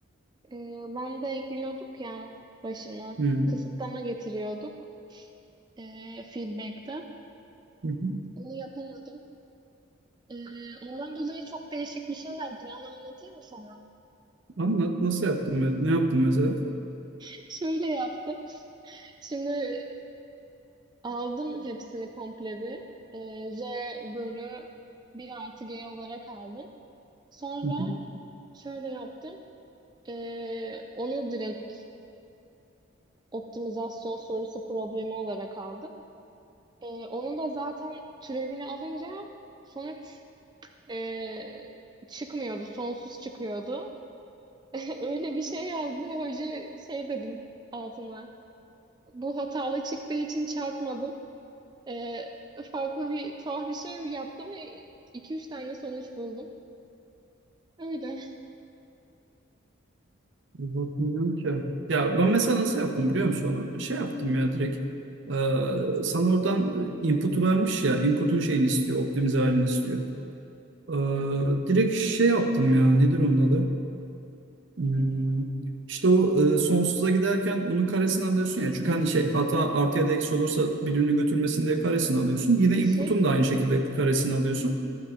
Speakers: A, on the right (about 20°); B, on the right (about 60°).
A: Ee, lambda ekliyorduk ya başına.
B: Hmm.
A: Kısıtlama getiriyorduk ee, feedback'te.
B: Hı hı.
A: Onu yapamadım. Ee, ondan dolayı çok değişik bir şey yaptım. Onu anlatayım mı sana?
B: Anlat nasıl yaptın? me- Ne yaptın mesela?
A: <laughs> Şöyle yaptım. Şimdi aldım hepsini komple bir. Ee, Z bölü bir artı G olarak aldım. Sonra
B: Hı hı.
A: şöyle yaptım. Ee, onu direkt optimizasyon sorusu problemi olarak aldım. Ee, onun da zaten türevini alınca sonuç ee, çıkmıyordu. Sonsuz çıkıyordu. <laughs> Öyle bir şey yazdı. Hoca şey dedim altına. bu hatalı çıktığı için çarpmadım. Ee, farklı bir tuhaf bir şey yaptım ve iki üç tane sonuç buldum. Öyle.
B: Vallahi ki. Ya ben mesela nasıl yaptım biliyor musun onu? Şey yaptım ya direkt. Ee, sana oradan input'u vermiş ya. Input'un şeyini istiyor. Optimize halini istiyor. Ee,
A: Hı hı.
B: direkt şey yaptım ya. Nedir onun adı? Hmm. İşte o e, sonsuza giderken onun karesini alıyorsun ya. Çünkü hani şey hata artı ya da eksi olursa birbirini götürmesin diye karesini alıyorsun. Yine
A: Şey
B: input'un da aynı şekilde karesini alıyorsun.